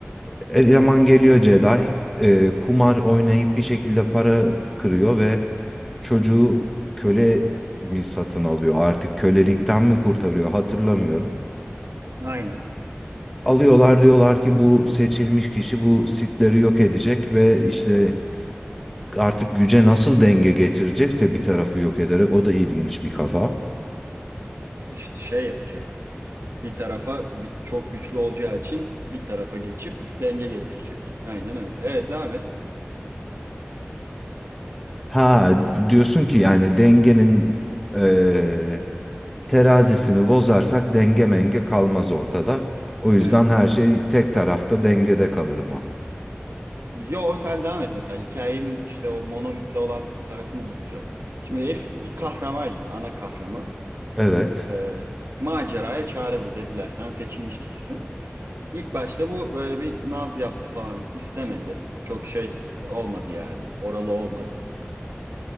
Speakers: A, in the centre; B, on the right (about 85°).
A: eleman geliyor Jedi. e, kumar oynayıp bir şekilde para kırıyor ve çocuğu köle mi satın alıyor artık kölelikten mi kurtarıyor hatırlamıyorum.
B: Aynen.
A: Alıyorlar diyorlar ki bu seçilmiş kişi bu sitleri yok edecek ve işte artık güce nasıl denge getirecekse bir tarafı yok ederek o da ilginç bir kafa.
B: İşte şey yapacak. bir tarafa bir, çok güçlü olacağı için bir tarafa geçip denge getirecek. Aynen öyle. Evet devam et.
A: Ha diyorsun ki yani dengenin eee, terazisini bozarsak denge menge kalmaz ortada. O yüzden
B: Evet.
A: her şey tek tarafta dengede kalır mı?
B: Yo sen devam et mesela hikayenin işte o monomitle olan tarafını bulacağız. Şimdi herif bir kahraman ya ana kahraman.
A: Evet.
B: Ee, maceraya çağrıldı dediler sen seçilmiş kişisin. İlk başta bu böyle bir naz yaptı falan istemedi. Çok şey olmadı yani oralı olmadı.